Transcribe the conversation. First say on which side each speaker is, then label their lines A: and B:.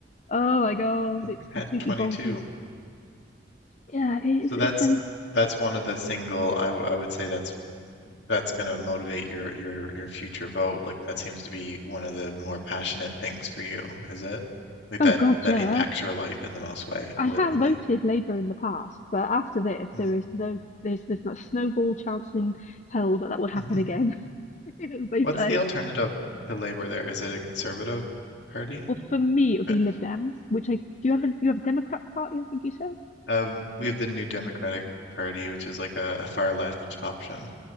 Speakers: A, on the left (about 40°); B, on the left (about 75°).
A: oh my God,
B: That's
A: it's
B: a
A: completely
B: catch 22.
A: bonkers. Yeah, it's
B: So that's
A: it's so.
B: that's one of the single I w- I would say that's that's going to motivate your your your future vote. Like that seems to be one of the more passionate things for you, is it? Like
A: Oh
B: that
A: God,
B: that
A: yeah.
B: impacts your life in the most way
A: I
B: politically.
A: have voted Labour in the past, but after this,
B: Mm.
A: there is no there's there's no snowball chance in hell that that would happen
B: <laughs>
A: again, <laughs> as they
B: What's
A: say.
B: the alternative to Labor there? Is it a conservative party?
A: Well, for me, it would
B: Uh,
A: be Lib Dems, which I do you have a you have a Democrat Party, I think you said?
B: Um, we have the New Democratic Party, which is like a, a far left option